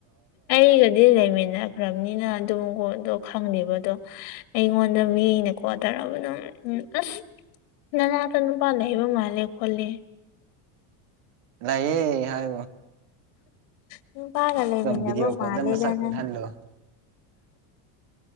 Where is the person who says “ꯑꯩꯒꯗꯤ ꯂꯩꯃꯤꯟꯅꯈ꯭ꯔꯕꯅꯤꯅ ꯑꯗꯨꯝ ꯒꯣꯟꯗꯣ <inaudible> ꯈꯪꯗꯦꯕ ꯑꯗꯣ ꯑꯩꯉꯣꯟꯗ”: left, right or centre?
Left